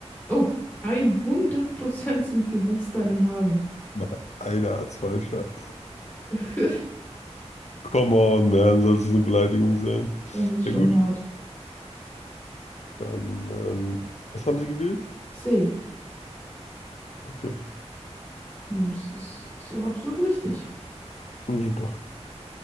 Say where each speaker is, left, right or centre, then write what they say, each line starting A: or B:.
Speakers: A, on the left; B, on the left.
A: Oh, hundert Prozent sind für Western in Hagen.
B: Mann, Einer hat's falsch, Alter.
A: <laughs>
B: Come on, man, soll es eine Beleidigung sein?
A: Das ist schon
B: Ja, gut,
A: hart.
B: dann, ähm, was haben Sie gewählt?
A: C.
B: Okay,
A: Und das ist so absolut richtig.
B: super.